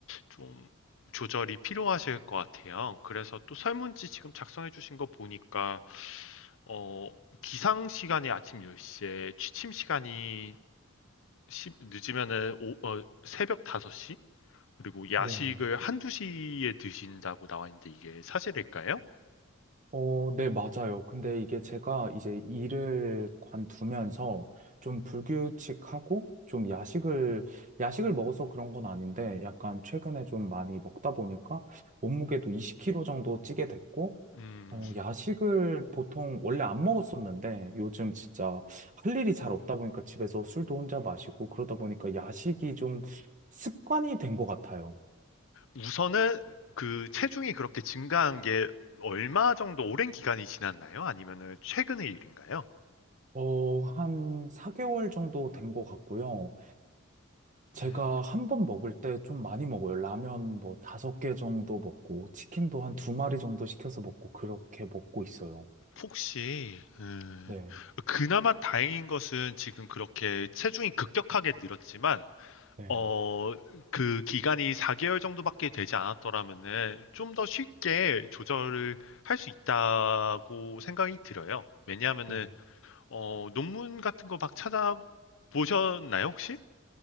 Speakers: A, on the left; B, on the right.
A: 좀 조절이 필요하실 것 같아요. 그래서 또 설문지 지금 작성해 주신 거 보니까 어, 기상 시간이 아침 10시에 취침 시간이 시- 늦으면은 오- 어, 새벽 5시? 그리고 야식을
B: 네.
A: 한두 시에 드신다고 나와 있는데 이게 사실일까요?
B: 어, 네, 맞아요. 근데 이게 제가 이제 일을 관두면서 좀 불규칙하고 좀 야식을, 야식을 먹어서 그런 건 아닌데 약간 최근에 좀 많이 먹다 보니까 몸무게도 20kg 정도 찌게 됐고,
A: 음,
B: 어, 야식을 보통 원래 안 먹었었는데 요즘 진짜 할 일이 잘 없다 보니까 집에서 술도 혼자 마시고 그러다 보니까 야식이 좀 습관이 된 것 같아요.
A: 우선은 그 체중이 그렇게 증가한 게 얼마 정도 오랜 기간이 지났나요? 아니면은 최근의 일인가요?
B: 어, 한 4개월 정도 된 것 같고요. 제가
A: 음,
B: 한번 먹을 때 좀 많이 먹어요. 라면 뭐 다섯 개 정도 먹고, 치킨도 한 두 마리 정도 시켜서 먹고, 그렇게 먹고 있어요.
A: 혹시 음,
B: 네,
A: 그나마 다행인 것은 지금 그렇게 체중이 급격하게 늘었지만
B: 네,
A: 어, 그 기간이 4개월 정도밖에 되지 않았더라면은 좀 더 쉽게 조절을 할 수 있다고 생각이 들어요. 왜냐하면은,
B: 네.
A: 어, 논문 같은 거 막 찾아보셨나요, 혹시?